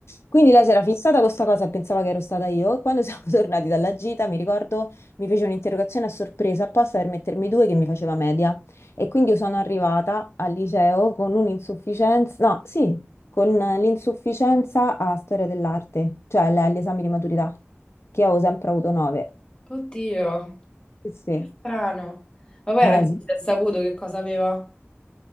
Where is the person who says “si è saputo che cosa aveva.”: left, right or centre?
Left